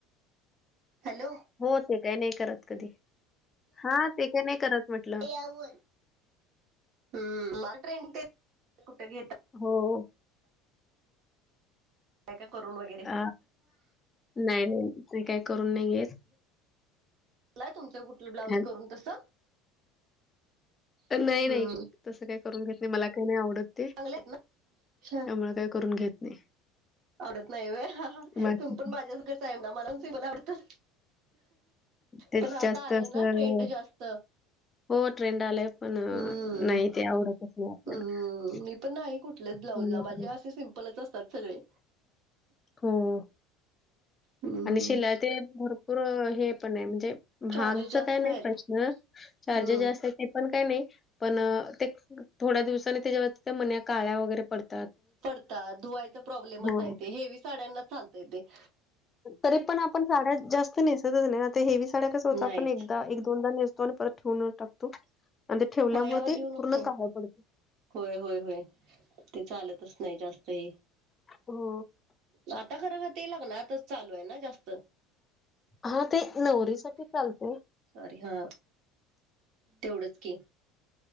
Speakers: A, on the right; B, on the left.
A: हॅलो
B: हो ते काय नाही करत कधी हा ते काय नाही करत म्हटलं.
A: आवर. ह मला ट्रेनिंग ते कुठ घेता.
B: हो.
A: काय काय करून वगैरे.
B: अ, नाही मी करून नाही घेत.
A: नाई तुमचं कुठलं ब्लाउज
B: हं,
A: करून तसं?
B: नाई
A: हम्म
B: नाई तसं काही करून घेत नाही मला काही नाही आवडत ते.
A: चांगले आहेत ना
B: त्या मुळं काही करून घेत नाही.
A: आवडत नाई वय हां हां
B: बाकी
A: तुम
B: काही
A: पण माझ्याच गत आहे ना मला त मला आवडत.
B: तेच
A: पण आता
B: जास्त
A: आलंय
B: असं
A: ना ट्रेंड जास्त.
B: हो ट्रेंड आलाय पण
A: हम्म
B: नाही ते आवडतच नाही आपल्याला.
A: हम्म मी पण नाही कुठलेच ब्लाउज
B: त्यामुळे
A: ला माजे
B: काही
A: आसे सिंपलच असतात सगळे.
B: हम्म.
A: हम्म
B: आणि शिलाय ते भरपूर हे पण आहे म्हणजे महागच
A: चार्जेस जास्त
B: काय नाही
A: आहेत
B: प्रश्न. चार्जेस
A: हम्म
B: जास्त आहेत. हे पण काय नाही पण ते थोड्या दिवसानी तेज्या वरच्या मन्या काळ्या वगैरे पडत
A: पडता धुवायचा प्रॉब्लेमच आय
B: हां.
A: तेे हेवी साड्यांना चालतय ते.
B: तरी पण आपण साड्या जास्त नेसतच नाही हेवी साड्या कस होत
A: नाहीच
B: आपण एकदा एक दोनदा नेस तो आणि परत ठेवून टाकतो आणि ठेवल्यामुळे
A: पायावर
B: ते
A: लिहू नको
B: पूर्ण काळ पड
A: होय होय होय ते चालतच नाही जास्त हे.
B: हो.
A: आता खरखर ते लग्न आताच चालू आहे ना जास्त
B: हा ते नवरीसाठी चालतंय.
A: सॉरी हा तेवढच की